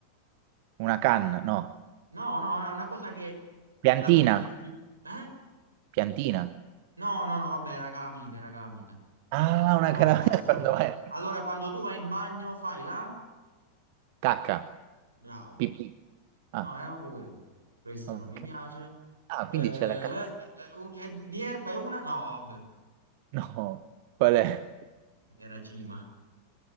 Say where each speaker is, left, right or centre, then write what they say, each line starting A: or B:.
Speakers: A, on the right; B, on the right.
A: Una canna? No.
B: No, no, no, è una cosa che
A: Piantina?
B: la metti sul frigo. Eh?
A: Piantina.
B: No, no, no, vabbè, era calamita, era calamita.
A: Ah,
B: L'ho
A: una caramella
B: saltata.
A: <laughs> quando vai.
B: Allora, quando tu vai in bagno, fai la?
A: Cacca.
B: Bravo.
A: Pipì. Ah,
B: No, era proprio quello. Questo
A: ok.
B: non mi piace.
A: Ah,
B: Eh,
A: quindi c'è la cacca.
B: eh, un- eh, di erba è una? No, vabbè,
A: No. Qual è?
B: era Gima.